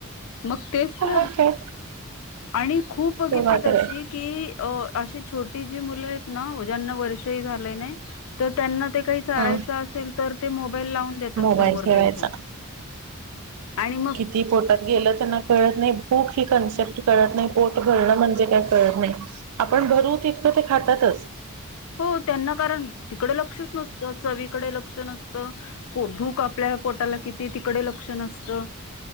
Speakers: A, on the left; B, on the right.
A: मग तेच
B: काय
A: तर आणि खूप बघितली
B: तेव्हा
A: तशी
B: तर
A: की अशी छोटी जी मुलं आहेत ना ज्यांना वर्ष हि झालं नाही तर त्यांना ते काही चारायचं
B: हा
A: असेल तर ते मोबाईल लावून देतात
B: मोबाईल
A: समोर
B: ठेवायचा
A: त्यांच्यात आणि मग
B: ती पोटात गेलं त्यांना कळत नाही भूक ही कॉन्सेप्ट कळत नाही पोट भरणं म्हणजे काय कळत नाही आपण भरू तितकं ते खातातच.
A: हो त्यांना कारण तिकडे लक्षच नसतं चवीकडे लक्ष नसतं भूक. आपल्या पोटाला किती तिकडे लक्ष नसतं